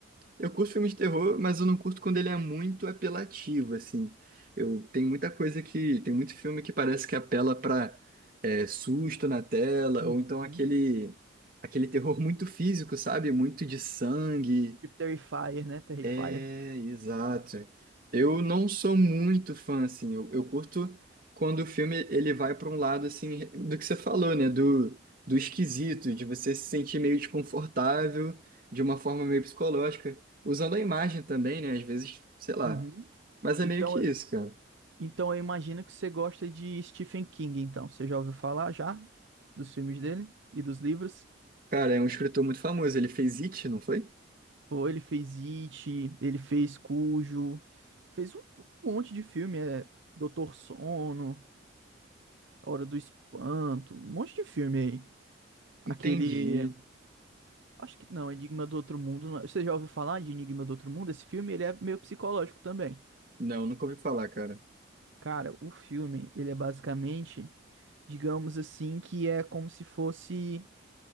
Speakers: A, on the right; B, on the right.
A: eu curto filme de terror, mas eu não curto quando ele é muito apelativo, assim. Eu tem muita coisa que tem muito filme que parece que apela pra é, susto na tela
B: uhum.
A: ou então aquele aquele terror muito físico, sabe? Muito de sangue.
B: Tipo Terrifier, né? Terrifier.
A: É, exato. Eu não sou muito fã, assim, eu, eu curto quando o filme ele vai para um lado, assim, do que você falou, né, do, do esquisito, de você se sentir meio desconfortável, de uma forma meio psicológica, usando a imagem também, né, às vezes, sei lá.
B: Uhum.
A: Mas é
B: Então,
A: meio que isso, cara.
B: Então eu imagino que você gosta de Stephen King, então. Você já ouviu falar já dos filmes dele e dos livros?
A: Cara, é um escritor muito famoso, ele fez It, não foi?
B: Pô, ele fez It, ele fez Cujo, fez um monte de filme, é Doutor Sono, A Hora do Espanto, um monte de filme aí. Aquele,
A: Entendi.
B: acho que não, Enigma do Outro Mundo. não é- Você já ouviu falar de Enigma do Outro Mundo? Esse filme, ele é meio psicológico também.
A: Não, nunca ouvi falar, cara.
B: Cara, o filme, ele é basicamente, digamos assim, que é como se fosse